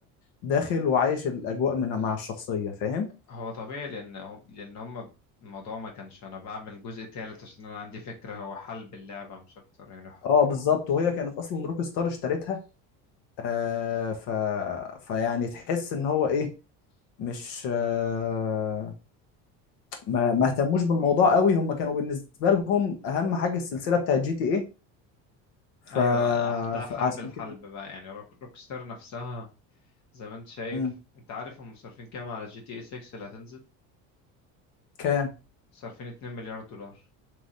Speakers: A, on the left; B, on the left.
A: داخل وعايش الاجواء من مع الشخصيه فاهم
B: هو طبيعي لأن هم... لأن هم الموضوع ما كانش أنا بعمل جزء تالت عشان أنا عندي فكرة هو حلب اللعبة مش أكتر يعني
A: اه بالظبط وهي كانت اصلا روك ستار اشترتها آه ف... فيعني تحس ان هو ايه مش آه، ما ما اهتموش بالموضوع قوي هم كانوا بالنسبه لهم اهم حاجه السلسله بتاعت جي تي ايه ف...
B: ايوه ده
A: فعشان
B: حلب الحلب
A: كده
B: بقى يعني روك ستار نفسها زي ما انت شايف
A: مم.
B: انت عارف هم صارفين كام على جي تي اي 6 اللي هتنزل
A: كام
B: صارفين 2 مليار دولار